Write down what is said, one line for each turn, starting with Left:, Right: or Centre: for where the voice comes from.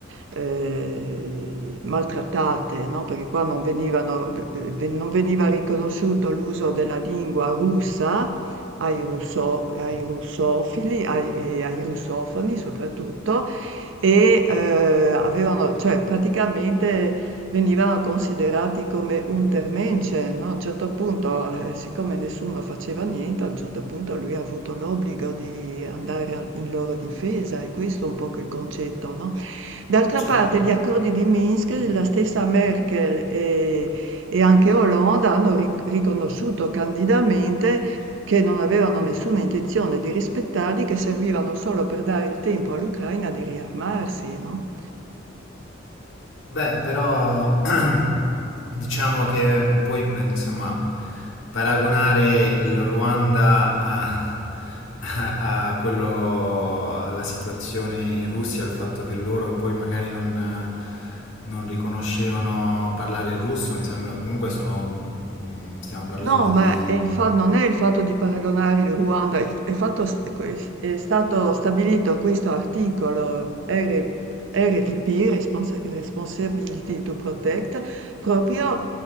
Right: eh, maltrattate, no? Perché qua non venivano- ve- non veniva riconosciuto l'uso della lingua russa ai, russo- ai russofili ai- e ai russofoni soprattutto, e eh, avevano, cioè praticamente venivano considerati come untermensch, no? A un certo punto, eh, siccome nessuno faceva niente, a un certo punto lui ha avuto l'obbligo di andare al- in loro difesa, e questo è un po' il concetto, no? D'altra
Left: Cioè.
Right: parte, gli accordi di Minsk, la stessa Merkel e, e anche Hollande hanno ric- riconosciuto candidamente che non avevano nessuna intenzione di rispettarli, che servivano solo per dare il tempo all'Ucraina di riarmarsi, no?
Left: Beh, però <clears throat> diciamo che poi, eh, insomma, paragonare il Ruanda a, <laughs> a- a quello, alla situazione in Russia, al fatto che loro poi magari non, non riconoscevano parlare il russo, mi sembra, comunque sono, mm, stiamo parlando
Right: No, ma
Left: di
Right: è il fa- non è il fatto di paragonare il Ruanda, il- è, fatto s- que- è stato stabilito questo articolo R- RTP, Responsa- Responsibility to Protect, proprio